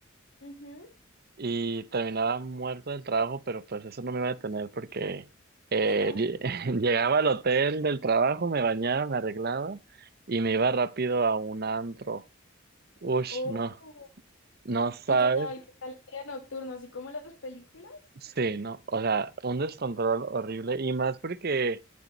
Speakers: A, on the left; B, on the right.
A: ujú.
B: y terminaba muerto del trabajo, pero pues eso no me iba a detener porque eh,
A: <laughs>
B: lle- <laughs> llegaba al hotel del trabajo, me bañaba, me arreglaba y me iba rápido a un antro. Ush,
A: Oh,
B: no, no sabes.
A: ¿y qué tal? ¿Qué tal el día nocturno? ¿Así como las películas?
B: Sí, no, o sea, un descontrol horrible y más porque